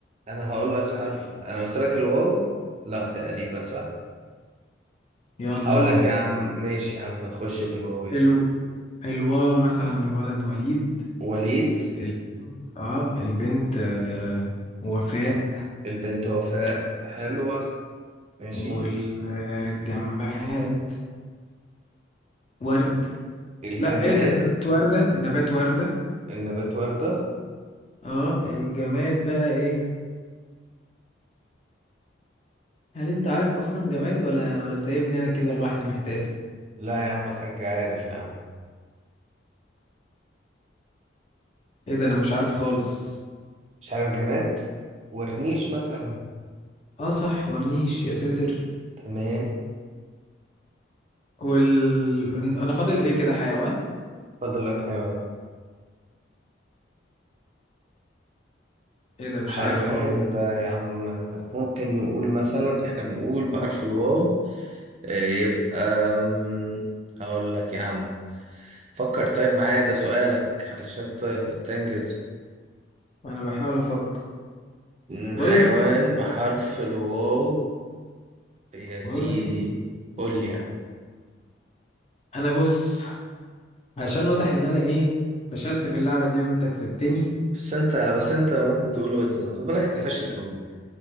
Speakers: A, on the right; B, on the left.
A: انا هقول لك حرف انا قلت لك الواو لا تقريبا صح
B: يلا
A: هقول
B: واو
A: لك يا عم ماشي يا عم خش في الواو يلا
B: الو الواو مثلا الولد وليد
A: وليد
B: ال... اه البنت آه وفاء
A: البنت وفاء حلوة ماشي
B: والجماد ورد
A: الجماد
B: لا ايه ده النبات وردة النبات وردة
A: النبات وردة
B: اه الجماد بقى ايه هل انت عارف اصلا جماد ولا ولا سايبني انا كده لوحدي محتاس
A: لا يا عم الحاج عارف يا عم
B: ايه ده انا مش عارف خالص
A: مش عارف جماد ورنيش مثلا
B: اه صح ورنيش يا ساتر
A: تمام
B: وال انا فاضل ايه كده حيوان
A: فاضل لك حيوان
B: ايه ده مش
A: حيوان
B: عارف خالص
A: ده يا عم ممكن نقول مثلا احنا بنقول بحرف الواو آه، يبقى أم، هقول لك يا عم فكر طيب معايا ده سؤالك علشان ت- تنجز
B: انا بحاول افكر
A: أم،
B: بقول
A: حيوان
B: لك
A: بحرف الواو يا
B: بقول
A: سيدي
B: لك ايه
A: قول لي يا عم
B: انا بص عشان واضح ان انا ايه فشلت في اللعبة دي وانت كسبتني
A: بس انت بس انت ممكن تقول وزة خد بالك انت فاشل قوي